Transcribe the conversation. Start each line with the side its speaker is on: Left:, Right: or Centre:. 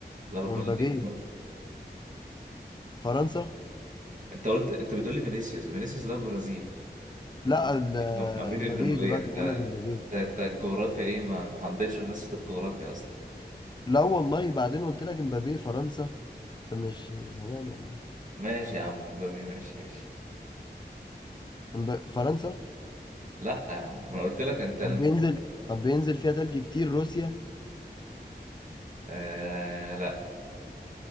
Right: في
Left: ومبابي
Right: البرازيل برضه
Left: فرنسا
Right: انت قلت انت بتقول لي فينيسيوس فينيسيوس ده في البرازيل
Left: لا
Right: البرازيل
Left: ال-
Right: دي في امريكا
Left: امبابي
Right: الجنوبيه
Left: دلوقتي
Right: انت
Left: بقول
Right: انت
Left: لك امبابي
Right: أنت الجغرافيا ايه ما ما حضرتش حصه الجغرافيا اصلا
Left: لا والله بعدين قلت لك امبابي فرنسا انت مش زمان ولا إيه؟
Right: ماشي يا عم مبابي ماشي ماشي
Left: امب... فرنسا
Right: لا يا عم ما أنا قلت لك انت ال-
Left: طب بينزل طب بينزل فيها تلج كتير روسيا
Right: آه لا